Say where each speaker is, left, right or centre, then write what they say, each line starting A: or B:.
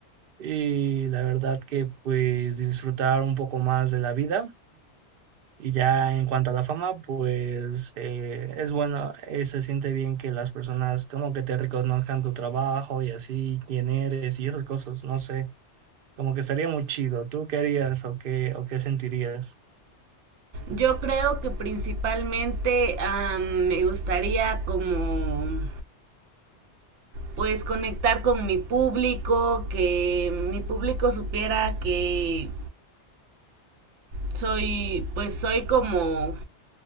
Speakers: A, on the right; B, on the right.
A: Y la verdad que pues disfrutar un poco más de la vida Y ya en cuanto a la fama, pues eh, es bueno, eh, se siente bien que las personas como que te reconozcan tu trabajo y así, quién eres y esas cosas, no sé, como que estaría muy chido. ¿Tú qué harías o qué, o qué sentirías?
B: Yo creo que principalmente am, me gustaría como pues conectar con mi público, que mi público supiera que soy pues soy como